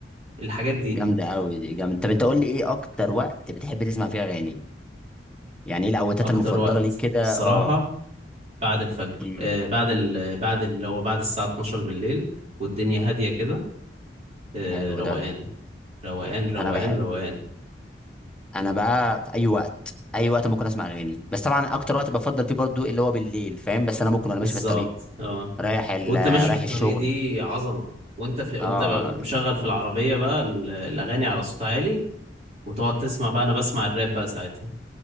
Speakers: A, on the right; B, in the centre.
A: الحاجات دي
B: جامده قوي دي جامده طب انت قول لي ايه اكتر وقت بتحب تسمع فيه اغاني يعني ايه الاوقات
A: اكتر
B: المفضله
A: وقت
B: ليك كده
A: الصراحة
B: اه
A: بعد الفجر
B: أمم،
A: آه، بعد ال... بعد اللي هو بعد الساعة 12 بالليل والدنيا هادية كده آه،
B: حلو
A: روقان
B: ده
A: روقان روقان
B: انا بحب
A: روقان
B: انا بقى في اي وقت اي وقت ممكن اسمع اغاني بس طبعا اكتر وقت بفضل فيه برضو اللي هو بالليل فاهم بس انا ممكن وانا
A: بالظبط
B: ماشي في الطريق
A: اه
B: رايح ال...
A: وانت ماشي
B: رايح
A: في الطريق
B: الشغل
A: دي عظمة وانت في وانت
B: اه
A: مشغل في العربية بقى ال- الأغاني على صوت عالي وتقعد تسمع بقى أنا بسمع الراب بقى ساعتها